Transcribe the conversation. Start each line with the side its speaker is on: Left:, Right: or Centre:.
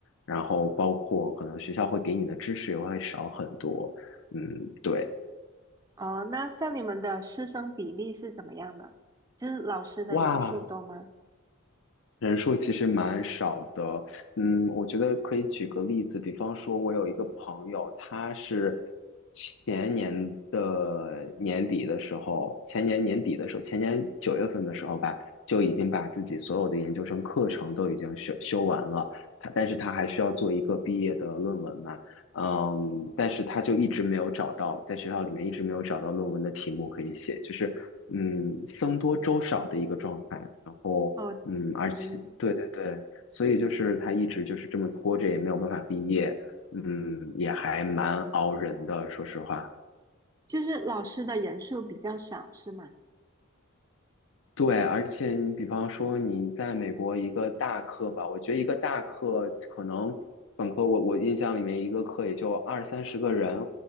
Left: 然后包括可能学校会给你的支持也会少很多。嗯，对，
Right: 哦，那像你们的师生比例是怎么样的？就是老师的人数多吗？
Left: 哇，人数其实蛮少的，嗯，我觉得可以举个例子，比方说，我有一个朋友，他是前年的年底的时候，前年年底的时候，前年九月份的时候吧，就已经把自己所有的研究生课程都已经修修完了，他但是他还需要做一个毕业的论文嘛，嗯，但是他就一直没有找到，在学校里面一直没有找到论文的题目可以写，就是嗯，僧多粥少的一个状态，然后。
Right: 哦，
Left: 嗯，而且对对对，
Right: 嗯，
Left: 所以就是他一直就是这么拖着，也没有办法毕业，嗯，也还蛮熬人的，说实话。
Right: 就是老师的人数比较少，是吗？
Left: 对，而且你比方说你在美国一个大课吧，我觉得一个大课可能本科我我印象里面一个课也就二三十个人，